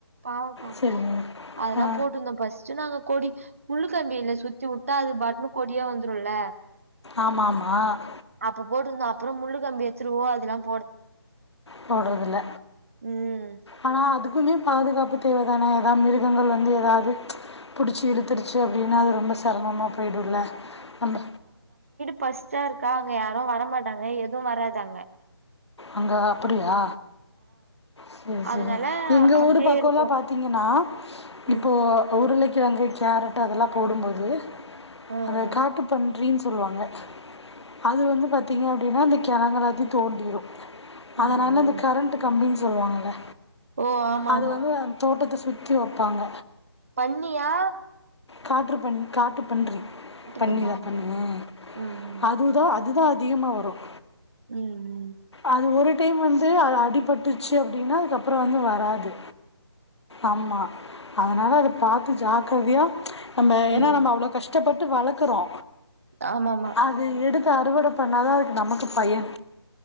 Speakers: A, on the right; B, on the left.
A: பாவக்கா
B: சரிங்க
A: அதெல்லா
B: ஆ
A: போட்டுருந்தோ பஸ்ட் நாங்க கொடி உள்ளு கம்பில்ல சுத்தி வுட்டா அது பாட்னு கொடியா வந்துருல்ல
B: ஆமாம் ஆமாம்
A: அப்ப போட்டுருந்தோ அப் அப்புற முள்ளு கம்பி எத்துடுவோ அதுலாம்
B: போடுறதுல
A: ம்
B: ஆனா அதுக்குமே பாதுகாப்பு தேவதான வா மிருகங்கள் வந்து எதாது புடுச்சி இழுத்துரு சு அப்டின்னா அது ரொம்ப செரமமா போயிடுல்ல நம்ப
A: பர்ஸ்டா இருக்கா அங்க யாரு வர மாட்டாங்க எது வராதங்க
B: அங்க அப்படியா சேரி
A: அதனால
B: சேரி எங்க
A: அப்டியே
B: ஊரு பக்கொல்லா
A: இருக்கு
B: பாத்தீங்கனா
A: ம்
B: இப்போ உருளக்கிழங்கு கேரட் ப்ப அதெல்லா போடும்போது
A: ஆ
B: அந்த
A: ஆ
B: காட்டு பன்றின் சொல்வாங்க அது வந்து பத் திங்க அப்டினா அந்த கெழங்கெல்லாத்தை தோண்டிரு
A: ம்
B: அதனால இந்த
A: ம்
B: கரண்ட் கம்பி சொல்வாங்கள்ல
A: ஓ ஆமாமா
B: அது வந்து தோட்டத்து சுத்தி வப்பாங்க
A: பண்ணியா
B: காட்ரு பன் காட்டு பன்றி பன்னிதா
A: பன்னியா
B: பன்னி
A: ம்
B: அ
A: ம்
B: அதுதா அ அதுதான் அதிகமாக வரும்.
A: உம் உம்
B: அது ஒரு டைம் வந் து அடிபட்டுச்சு அப்படின்னா அதுக்கப். அப்புறோ வந்து வராது ஆமா அதனால அத பார்த்து ஜாக்கிரதையா ம்ச். நம்ப ஏனா
A: ம்
B: நம்ம அவ்ளோ கஷ்டப்பட்டு வளக்குறோ
A: ஆமாமா
B: அது எடுத்து அறுவட பண்ணாதா அதுக்கு நமக்கு பயன்